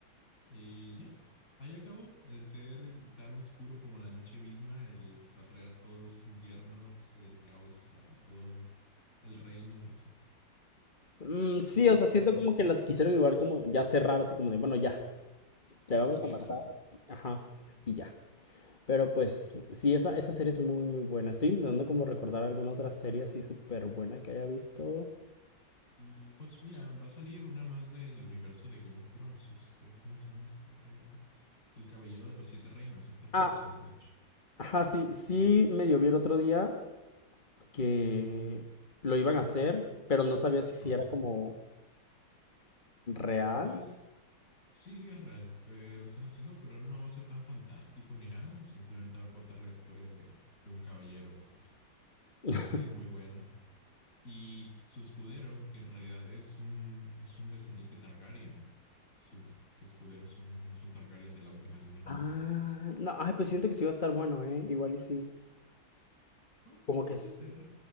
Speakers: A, on the left; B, on the left.
A: Y ya, ahí acabó. El ser tan oscuro como la noche misma, el que va a traer todos los inviernos, el caos a todo el, el reino, no sé.
B: Mm, sí,
A: Y así,
B: o sea, siento
A: muerto,
B: como que la quisieron llevar como ya cerrar, así como de, bueno, ya, te
A: anticlimático.
B: vamos a matar, ajá, y ya. Pero pues sí, esa, esa serie es muy, muy buena. Estoy intentando como recordar alguna otra serie así súper buena que haya visto.
A: Mm, Pues mira, va a salir una más del universo de Game of Thrones. Este, ¿cómo se llama esta? Eh, El Caballero de los Siete Reinos. Se está produciendo,
B: Ah,
A: de hecho.
B: ajá, sí, sí medio vi el otro día que lo iban a hacer, pero no sabía si, si
A: Ajá.
B: era como real.
A: Pues sí, sí es real. Eh, lo están haciendo, pero no va a ser tan fantástico ni nada. Simplemente va a contar la historia de, de un caballero, pues no,
B: <laughs>
A: que es muy buena. Y su escudero, que en realidad es un, es un descendiente Targaryen. Su, su escudero es un, es un Targaryen de la última línea.
B: Ah, no, ay, pues siento que sí va a estar bueno, ¿eh? Igual y sí.
A: Ah,
B: Como
A: puede
B: que sí.
A: ser.